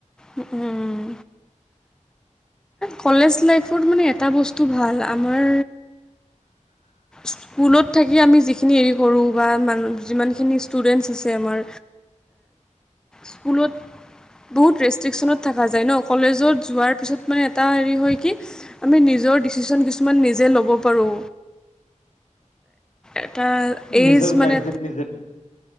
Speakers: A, in the centre; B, on the left.
A: উম উম, কলেজ লাইফত মানে এটা বস্তু ভাল আমাৰ
B: <inaudible>
A: স্কুলত থাকি আমি যিখিনি হেৰি কৰোঁ বা মান যিমানখিনি ষ্টুডেন্টছ আছে আমাৰ। স্কুলত বহু ৰেচ ষ্ট্ৰিক্যনত থকা যায় ন কলেজত যোৱাৰ পিছত মানে এটা হেৰি হয় কি। আমি নিজৰ ডিচিচন কিছুমান নিজে ল'ব পাৰো। এটা এইজ
B: নিজৰ
A: মানে।
B: গাৰ্জেন নিজে নিজে